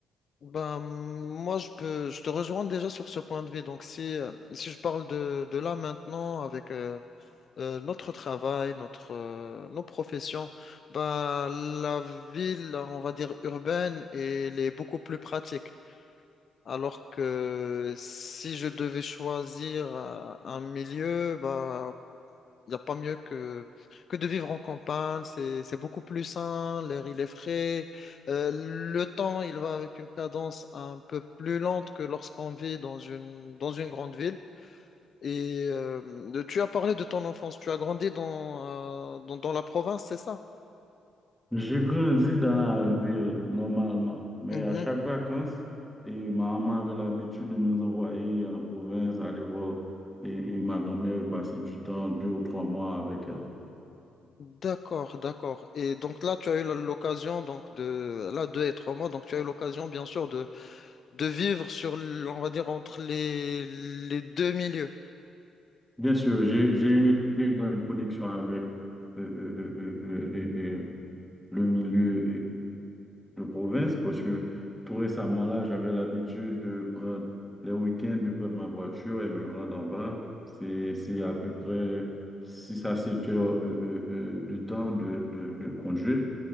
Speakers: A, on the left; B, in the centre.
A: Ben, moi, je peux, je te rejoins déjà sur ce point de vue. Donc, si, euh, si je parle de, de là maintenant avec euh, euh, notre travail, notre, euh, nos professions, ben, la ville, on va dire urbaine, elle est beaucoup plus pratique. Alors que si je devais choisir euh, un milieu, bah, il n'y a pas mieux que, que de vivre en campagne. C'est, c'est beaucoup plus sain, l'air il est frais. Euh, le temps, il va avec une cadence un peu plus lente que lorsqu'on vit dans une, dans une grande ville. Et euh, de- tu as parlé de ton enfance. Tu as grandi dans, euh, dans, dans la province, c'est ça?
B: Je grandis dans la ville normalement, mais
A: Mhm.
B: à chaque vacances, et ma maman avait l'habitude de nous envoyer en province aller voir et, et ma grand-mère passait du temps, deux ou trois mois avec elle.
A: D'accord, d'accord. Et donc là, tu as eu l'occasion donc de là d'être moi, donc tu as eu l'occasion bien sûr de de vivre sur, l- on va dire, entre les, les deux milieux.
B: Bien sûr, j'ai, j'ai une très grande connexion avec euh, euh, euh, euh, euh, et- et le milieu de province parce que tout récemment là, j'avais l'habitude de prendre les week-ends de prendre ma voiture et me rendre en bas. C'est, c'est à peu près 6 à 7 heures euh, euh, euh, de temps de, de, de conduite.